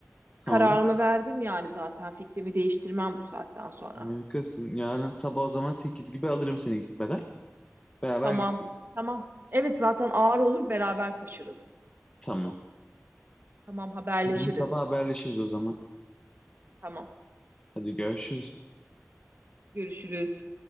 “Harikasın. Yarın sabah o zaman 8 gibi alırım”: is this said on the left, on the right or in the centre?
Left